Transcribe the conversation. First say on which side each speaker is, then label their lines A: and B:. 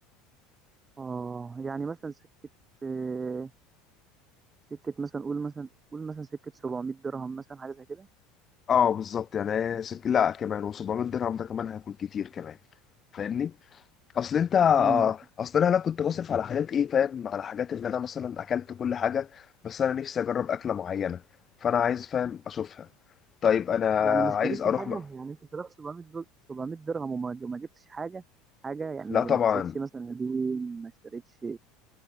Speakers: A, on the right (about 20°); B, on the left (about 30°).
A: اه يعني مثلا سكة آه، سكة مثلا قول مثلا قول مثلا سكة 700 درهم مثلا حاجة زي كده
B: اه بالظبط يعني سك... لا كمان و700 درهم ده كمان هياكل كتير كمان فاهمني اصل انت آه،
A: امم
B: اصل انا لا كنت بصرف على حاجات ايه فاهم على حاجات اللي انا مثلا اكلت كل حاجه بس انا نفسي اجرب اكله معينه فانا عايز فاهم اشوفها طيب انا
A: يعني ما اشتريتش
B: عايز اروح
A: حاجة
B: م...
A: يعني انت صرفت 700 دول 700 درهم وما ما جبتش حاجة حاجة يعني
B: لا
A: ما ما
B: طبعا
A: اشتريتش مثلا هدوم ما اشتريتش